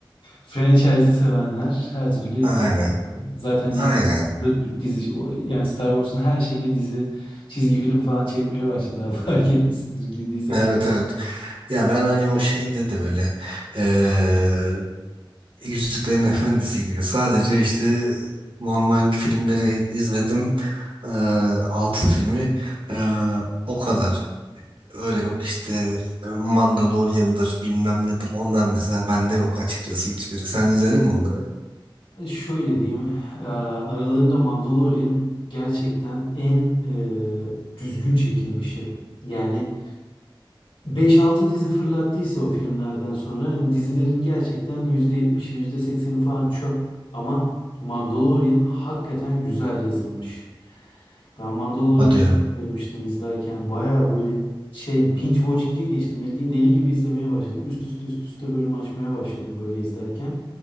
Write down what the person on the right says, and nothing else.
Aynen.
Aynen.
Evet evet. Ya ben hani o şeyde de öyle. e, Yüzüklerin Efendisi gibi. Sadece işte normal filmleri izledim. Ee, altı filmi Ee, o kadar. Öyle yok işte e, Mandalorian'dır bilmem nedir. Onlar mesela bende yok açıkçası hiçbiri. Sen izledin mi onları?
Hadi ya.